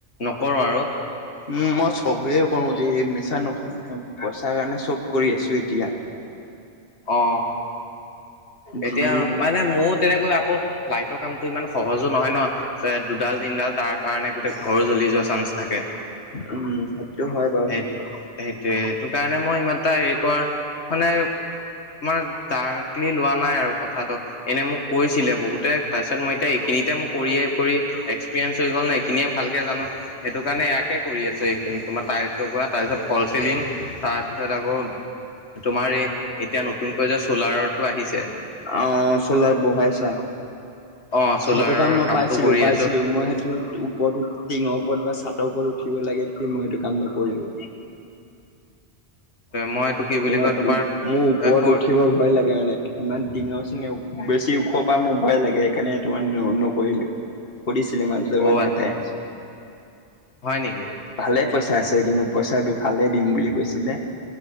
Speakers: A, on the left; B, on the left.
A: নকৰো আৰু
B: উম মই চবেই কৰো দ মিছা নকওঁ পইচাৰ কাৰণে চব কৰি আছো এতিয়া সেইটয়া
A: অ
B: যি
A: এতিয়া মানে মোৰ তেনেকৈ আকৌ লাইটৰ কামতটো ইমান সহজো নহয় ন দুডাল দিন ডাল তাৰ কাৰণে গোটেই ঘৰো জ্বলি যোৱা চান্স থাকে
B: উম সেইটো হয় বাৰু
A: সেই সেইটোোৱে সেইটো কাৰণে মই ইমান এটা হেৰি কৰ মানে মানে ডাৰ্কলি লোৱা নাই আৰু কথাটোত এনে মোক কৈছিলে বহুতে তাৰপিছত মই এতিয়া এইখিনিতে মই কৰিয়ে কৰি এক্সপিৰিয়েন্ঞ্চ হৈ গ'ল ন এইখিনিয়ে ভালকে জানো সেইটো কাৰণে ইয়াকে কৰি আছো এইখিনি তোমাৰ টাইলছ লগোৱা তাৰপিছত ফলিন তাৰছ তাৰপিছত আকৌ তোমাৰ এই এতিয়া নতুনকৈ যে চলাৰটো আহিছে
B: অ চল বহাইছা
A: অ চ'লাৰৰ
B: সেইটো কাম মই
A: কামটো
B: পাইছিলো
A: কৰি
B: পাইছিলো
A: আছো
B: মই সেইটো ওপৰতো টিঙৰ ওপৰত বা চ ৰ ওপৰত উঠিব লাগে সি মই সেইটো কাম নকৰিলো
A: মই এইটো কি বুলি
B: তোমাৰ
A: কয়
B: মোৰ ওপৰত
A: কৰ
B: উঠিব ভয় লাগে মানে ইমান ডিঙৰ চিঙে বেছি ওখ পাই মোৰ ভয় লাগে সেইকাৰণে তোমাৰ নকৰিলেোও সুছিলে ইমান যোৰ
A: অ
B: মানুহটাই
A: হয় নেকি
B: ভালে পইচা আছে কিন্তু পইচা ভালে দিম বুলি কৈছিলে?